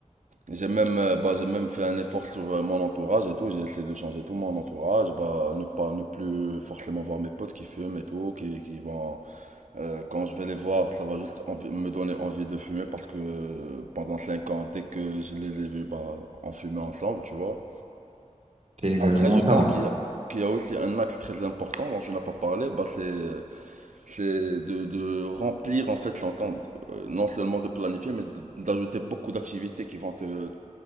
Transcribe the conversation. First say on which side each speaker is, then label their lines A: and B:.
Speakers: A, on the right; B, on the right.
A: J'ai même, euh, bah, j'ai même fait un effort sur euh, mon entourage et tout. J'ai essayé de changer tout mon entourage. Bah, ne pas, ne plus forcément voir mes potes qui fument et tout, qui, qui vont, euh, quand je vais les voir, ça va juste envi- me donner envie de fumer parce que euh, pendant 5 ans, dès que je les ai vus, bah, on fumait ensemble, tu vois.
B: c'est exactement
A: Après, je pense
B: ça en
A: qu'il
B: fait.
A: y a, qu'il y a aussi un axe très important dont tu n'as pas parlé, bah, c'est c'est de, de remplir en fait son euh, non seulement de planifier, mais de- d'ajouter beaucoup d'activités qui vont te, te-